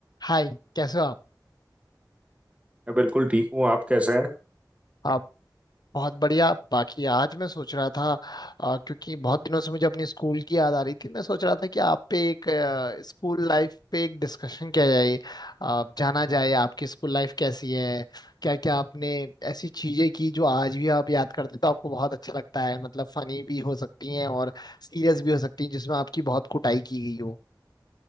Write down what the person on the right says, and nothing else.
मैं बिल्कुल ठीक हूँ आप कैसे हैं